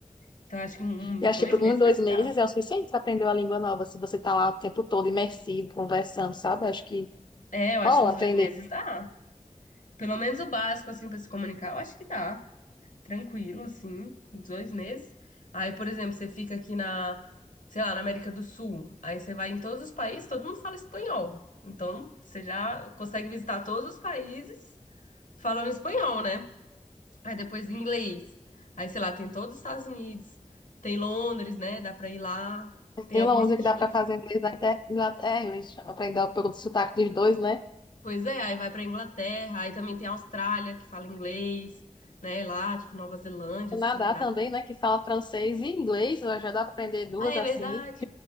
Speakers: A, on the left; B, on the left.
A: Então, acho que um- um,
B: E
A: uns
B: acho
A: dois
B: que por
A: meses
B: um, dois
A: deve
B: meses
A: dar.
B: é o suficiente para aprender uma língua nova, se você tá lá o tempo todo imersivo, conversando, sabe? Acho que
A: É, eu acho
B: rola
A: que uns
B: aprender.
A: dois meses dá. Pelo menos o básico, assim, pra se comunicar, eu acho que dá. tranquilo, assim, dois meses. Aí, por exemplo, você fica aqui na, sei lá, na América do Sul, aí você vai em todos os países, todo mundo fala espanhol. Então, você já consegue visitar todos os países falando espanhol, né? Aí depois inglês. Aí, sei lá, tem todos os Estados Unidos, tem Londres, né? Dá pra ir lá. Tem
B: Tem
A: algumas
B: Londres
A: regiões.
B: que dá para fazer inglês da Inglater- Inglaterra, inglês, aprender pelo sotaque dos dois, né?
A: Pois é, aí vai pra Inglaterra, aí também tem a Austrália, que fala inglês, né? Lá, tipo, Nova Zelândia,
B: Canadá
A: esses lugares.
B: também, né? Que fala francês e inglês, ó, já dá para aprender duas
A: Ah, é
B: assim.
A: verdade.